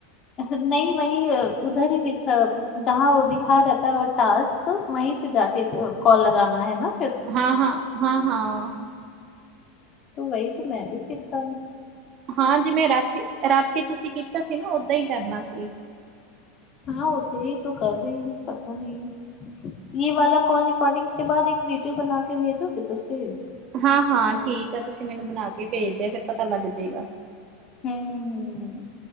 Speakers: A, on the left (about 40°); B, on the right (about 45°).
A: ਨਹੀਂ ਵਹੀ, ਉੱਧਰ ਹੀ ਲਿਖ, ਜ ਉਹ ਲਿੱਖਾ ਰਹਿਤਾ ਉਹ ਟਾਸਕ ਵਹੀ ਸੀ। ਜਾ ਕੇ‌ ਕੋਲ ਲਗਾਉਣਾ ਹੇਨਾ।
B: ਹਾਂ- ਹਾਂ -ਹਾਂ- ਹਾਂ।
A: ਤੂੰ ਵਹੀ ਤੇ ਮੈਂ ਵੀ ਕੀਤਾ।
B: ਹਾਂ, ਜਿਵੇਂ ਰਾਤੀ- ਰਾਤੀ ਤੁਸੀਂ ਤਾਂ ਸੀ ਨਾ, ਓਦਾਂ ਹੀ ਕਰਨਾ ਸੀ।
A: ਹਾਂ, ਉਹ ਤੇ ਹੀ ਕਰ ਰਹੇ। ਪਤਾ ਨਹੀਂ ਇਹ ਵਾਲਾ ਕਾਲ ਰਿਕੋਡਿੰਗ ਕੇ ਬਾਅਦ ਇੱਕ ਵੀਡੀਓ ਬਣਾ ਕੇ ਭੇਜੋਗੇ। ਤੁਸੀੇ
B: ਹਾਂ- ਹਾਂ ਠੀਕ ਆ। ਤੁਸੀਂ ਮੈਨੂੰ ਬਣਾ ਕੇ ਭੇਜਦੇ ਫਿਰ ਪਤਾ ਲੱਗ ਜਾਊਗਾ। ਜਗਾ <unintelligible>
A: ਹਮ -ਹਮ